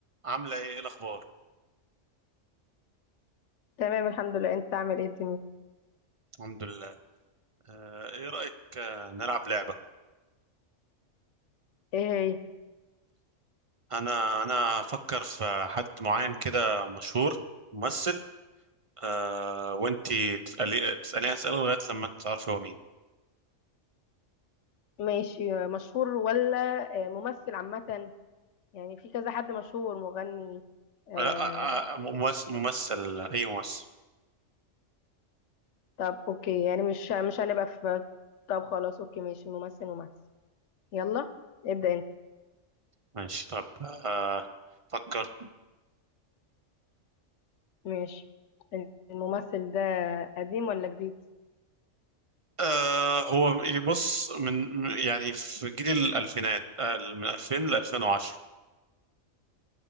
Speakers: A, on the right; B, on the left.
A: عاملة ايه إيه الأخبار؟
B: تمام الحمد لله انت عامل ايه الدنيا
A: الحمد لله آه، ايه رأيك آه، نلعب لعبة؟
B: ايه هي
A: أنا أنا أفكر في حد معين كده مشهور ممثل آه، وانتي تسألي تسأليني أسئلة لغاية لما تعرفي هو مين
B: ماشي مشهور ولا آه، ممثل عامة يعني في كذا حد مشهور مغني آه
A: آه، لا آه، آه، ممثل, ممثل أي ممثل
B: طب اوكي يعني مش مش هنبقى في طب خلاص اوكي ماشي ممثل ممثل يلا ابدأ انت
A: ماشي طب آه، فكرت
B: ماشي الممثل ده قديم ولا جديد
A: آه، هو يبص من من- يعني في جيل الألفينات آه، من 2000 ل 2010